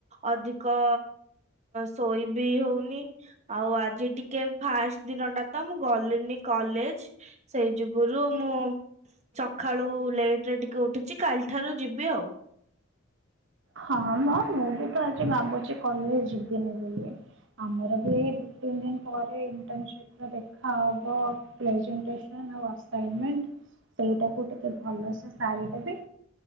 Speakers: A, on the right (about 35°); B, on the right (about 65°).
A: ଅଧିକ ଶୋଇ ବିି ହଉନି ଆଉ ଆଜି ଟିକେ ଫାଷ୍ଟ ଦିନ ଟା ତ ମୁଁ ଗଲେନି କଲେଜ ସେଇ ଯୁଗରୁ ମୁଁ ସକାଳୁ ଲେଟ୍ ରେ ଟିକେ ଉଠୁଛି କାଲି ଠାରୁ ଯିବି ଆଉ।
B: ହଁ ମୋ ମୁଁ ବି ତ ଆଜି ଭାବୁଛି କଲେ ଯିବିନି ବୋଲି। ଆମର ବି ଦିଇ ତିନି ଦିନ ପରେ ଇଣ୍ଟର୍ସି ବି ଦେଖାହବ ପ୍ରେଜେଣ୍ଟସନ। <unintelligible> ସେଇଟାକୁ ଟିକେ ଭଲସେ ସାରିଦେବି